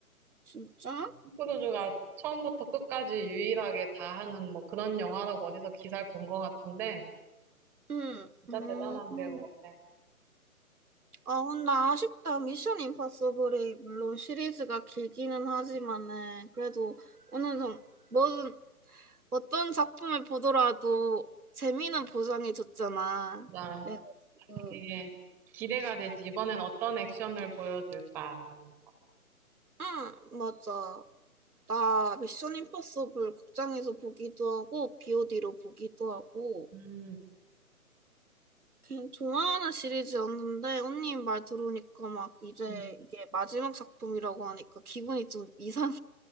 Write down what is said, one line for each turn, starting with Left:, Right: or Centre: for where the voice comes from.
Right: 진짜?
Centre: 크루즈가 처음부터 끝까지 유일하게 다 하는 뭐 그런 영화라고 어디서 기사를 본 것 같은데
Right: 응.
Centre: 진짜
Right: 음.
Centre: 대단한 배우 같아.
Right: 아, 근데 아쉽다. 미션 임파서블이 물론 시리즈가 길기는 하지만은 그래도 어느 정도 뭐든 어떤 작품을 보더라도 재미는 보장해줬잖아.
Centre: 진짜
Right: 내가 지금
Centre: 되게 기대가 되지. 이번엔 어떤 액션을 보여줄까 하면서.
Right: 응, 맞아. 나 미션 임파서블 극장에서 보기도 하고 BOD로 보기도 하고
Centre: 음,
Right: 그냥 좋아하는 시리즈였는데 언니 말 들으니까 막 이제
Centre: 음.
Right: 이게 마지막 작품이라고 하니까 기분이 좀 이상해.